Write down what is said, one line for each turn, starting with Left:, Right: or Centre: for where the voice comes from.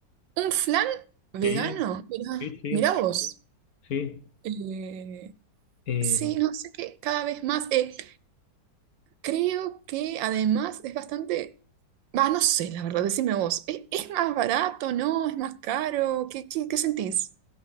Right: ¿Un flan vegano?
Left: Sí,
Right: Mirá,
Left: sí, sí,
Right: mirá vos.
Left: sí.
Right: Eh,
Left: Eh,
Right: sí, no sé qué, cada vez más. eh, creo que además es bastante Va, no sé, la verdad, decime vos. ¿Es, es más barato, no? ¿Es más caro? ¿Qué, qué, qué sentís?